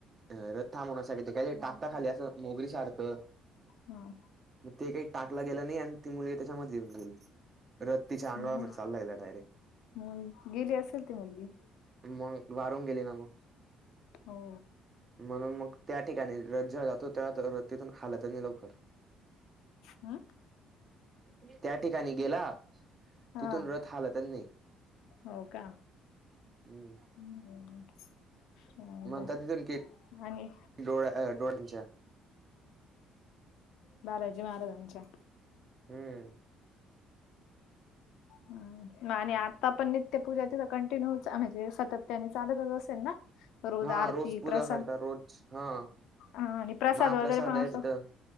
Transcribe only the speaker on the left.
हा
मग?
मग गेली असेल ती मुलगी.
हो.
हं?
हा
हो का?
हम्म. चालतंय
आणि?
बालाजी महाराजांच्या.
हं. आणि आत्ता पण नित्य पूजा तिथ कंटिन्यू म्हणजे सातत्याने चालतच असेल ना?
आरती
प्रसाद
आणि प्रसाद
वगैरे पण
असतो.